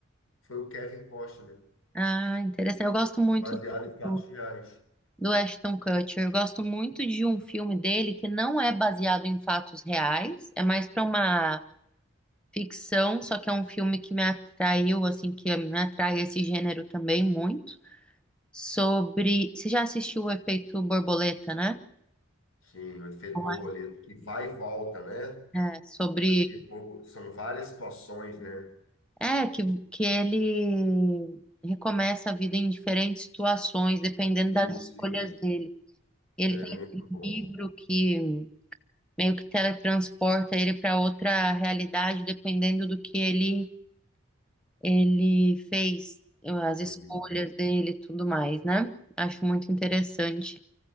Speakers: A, on the left; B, in the centre.
A: foi o Kevin Costner,
B: Ah, interessante. Eu gosto muito
A: baseado em fatos
B: do,
A: reais.
B: do Ashton Kutcher. Eu gosto muito de um filme dele que não é baseado em fatos reais, é mais para uma ficção, só que é um filme que me atraiu, assim, que me atrai esse gênero também muito. Sobre. Você já assistiu o Efeito Borboleta, né?
A: Sim, o efeito
B: Não
A: borboleta,
B: é?
A: que vai e volta, né?
B: É, sobre.
A: O efeito borbo- São várias situações, né?
B: É, que, que ele recomeça a vida em diferentes situações, dependendo
A: Isso,
B: das escolhas
A: isso.
B: dele. Ele
A: É
B: tem
A: muito
B: aquele
A: bom.
B: livro que meio que teletransporta ele para outra realidade, dependendo do que ele ele fez, as
A: Uhum.
B: escolhas dele, e tudo mais, né? Acho muito interessante.